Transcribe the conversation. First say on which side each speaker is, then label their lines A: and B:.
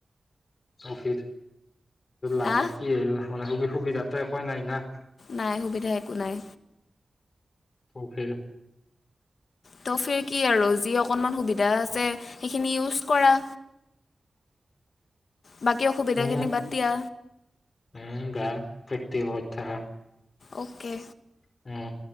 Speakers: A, on the left; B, on the left.
A: অফিৰ লাভত
B: হা
A: কি আহিল মানে সুবি সুবিধাতো একেই নাই না
B: নাই সুবিধা একো নাই
A: ত ফিৰ
B: ত' ফিৰ কি আৰু যি অকনমান সুবিধা আছে সেইখিনি ইউজ কৰা বাকী অসুবিধা
A: উম
B: খিনি বাদ দিয়া
A: উম গা পিতটিম হৈত থাকা
B: অ'কে
A: উম